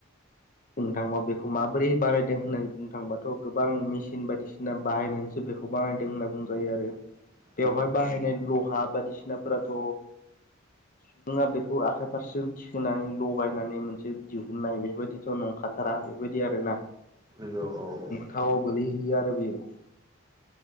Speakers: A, on the left; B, on the right.
A: बुंनो थांबा बेखौ माबोरै बारायदों होननानै बुंनो थांबाथ' गोबां मेसिन बायदिसिना बाहायनायनि बेखौ बानायदों होनना बुंजायो आरो।
B: <inaudible>
A: बेवहाय बाहायनाय लहा बायदिसिनाफोराथ' सुबुङा बेखौ आखाइ फारसेजों थिखोनानै लगायनानै मोनसे दिहुननाय बेफोरबायदि नंखाथारा बेफोरबायदि आरोना।
B: नंगौ औ
A: घाव गोलैहैयो आरो बेयो